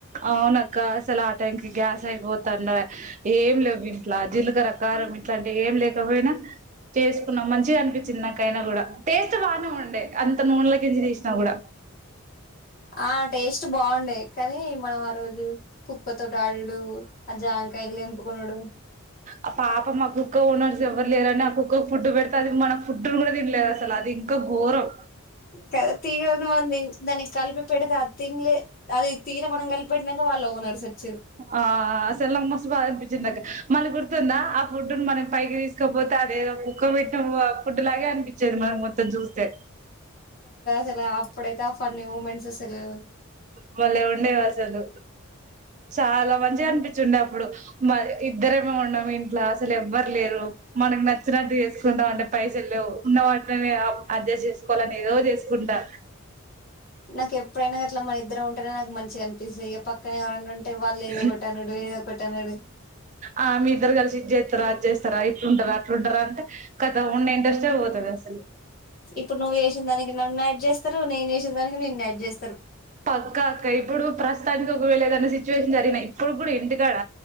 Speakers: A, on the right; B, on the left.
A: అవునక్క అసలు ఆ టైంక్ గ్యాస్ అయిపోతుండ ఏం లేవు ఇంట్లా జీలకర కారం ఇట్లా ఏం లేక పోయినా చేసుకున్నాం మంచిగా అనిపించింది నాకైనా కూడా టేస్ట్ బాగానే ఉండే అంత నూనెలేకించి తీసినా కూడా
B: ఆ టేస్ట్ బాగుండే కానీ మనం ఆ రోజు కుప్ప తోటి ఆడుడు ఆ జామకాయలు తెంపు పోనుడు
A: ఆ పాప మా కుక్క ఓనర్స్ ఎవ్వరు లేరుని ఆ కుక్కకు ఫుడ్ పెడితే అది మన ఫుడ్ కూడా తినలేదు అసలు అది ఇంకా ఘోరం
B: కదా తీర మంది దానికి కలిపి పెడితే ఆ తినలే అది తీర మనం కలిపెట్టినాక వాళ్ళ ఓనర్స్ వచ్చిరు
A: ఆ సెల్ల మస బాగానిపించిందక్క మళ్ళీ గుర్తుందా ఆ ఫుడ్ మనం పైకి తీసుకపోతే అదేదో కుక్క పెట్టిన ఫుడ్ లాగే అనిపించేది మనం మొత్తం చూస్తే
B: సలా అప్పుడతే ఆ ఫన్నీ మూమెంట్స్ ఆస్ సలు
A: భలే ఉండేవి అసలు చాలా మంచిగా అనిపించిండే అప్పుడు మ ఇద్దర ఉన్నాం ఇంట్లో అసలు ఎవ్వరు లేరు మనకు నచ్చినట్టు చేసుకుంటాం అంటే పైసలు లేవు ఉన్న వాటినే అడ్జస్ట్ చేసుకోవాలని ఏదో చేసుకుంటా
B: నాకు ఎప్పుడు ఐనా గట్లా మరి ఇద్దరం ఉంటేనే నాకు మంచిగా అనిపిస్తుంది ఇక పక్కన ఎవరన్నా ఉంటే వాళ్ళు ఏదో
A: హ
B: ఒకటి అనుడు ఏదో ఒకటి అనుడు
A: ఆ మీ ఇద్దరు కలిసి ఇది చేస్త రా చేస్తారా ఇట్లుంటారా అట్లుంటారా కతం ఉన్న ఇంట్రెస్టే పోతది అసలు
B: ఇప్పుడు నువ్వు చేసిన దానికి నన్ను యాడ్ చేస్తారు నేను చేసిన దానికి నిన్ను యాడ్ చేస్తారు స్తరు
A: పక్కా అక్క ఇప్పుడు ప్రస్తుతానికి వెళ్ళ ఏదైనా సిచ్యువేషన్ జరిగినా ఇప్పుడు కూడా ఇంటికాడ